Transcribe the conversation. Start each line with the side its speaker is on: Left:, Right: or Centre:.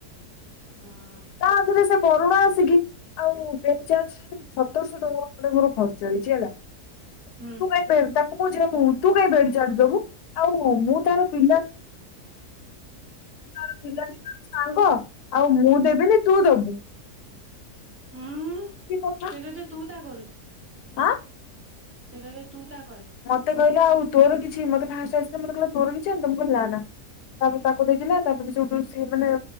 Right: <inaudible>
Left: ତାଧେରେ ସେ ବରୁଣ ଆସିକି ଆଉ <unintelligible> ସତରଶହ ଟଙ୍କା ଖଣ୍ଡେ ମୋର ଖର୍ଚ୍ଚ ହେଇଚି ହେଲା।
Right: ହୁଁ
Left: <unintelligible> ତାକୁ କହୁଚି ନା ମୁଁ। ତୁ କାଇଁ ବେଡ୍ ଚାର୍ଜ ଦବୁ, ଆଉ ମୁଁ ତାର ପିଲା <unintelligible> ସାଙ୍ଗ ଆଉ ମୁଁ ଦେବିନି ତୁ ଦବୁ।
Right: ହୁଁ
Left: କି କଥା
Right: ସେ ତତେ ତୁ ତା କରୁଚି।
Left: ଆଁ?
Right: ସେ ତତେ ତୁ ତା କରେ?
Left: ମତେ କହିଲା ଆଉ ତୋର କିଛି ମତେ ଫାଷ୍ଟେ ଆସିିଲା, ମତେ କହିଲା ତୋର କିଛି ହେଇନି ତ ମୁଁ କହିଲି ନା-ନା। ତାପରେ ତାକୁ ଦେଇଥିଲା ତାପରେ ସେ ସେଉଠୁ ସେ ମାନେ